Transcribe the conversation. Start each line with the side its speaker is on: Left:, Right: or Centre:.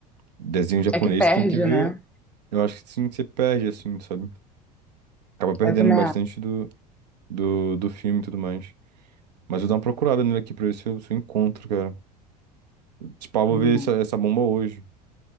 Right: Desenho japonês
Centre: É que perde,
Right: você tem que ver.
Centre: né?
Right: Eu acho que sim, você perde, assim, sabe? Acaba perdendo
Centre: Eu também
Right: bastante
Centre: acho.
Right: do, do, do filme e tudo mais. Mas eu vou dar uma procurada nele aqui pra ver se eu, se eu encontro, cara. Tipo, ah, vou
Centre: também
Right: ver
Centre: acho.
Right: essa, essa bomba hoje.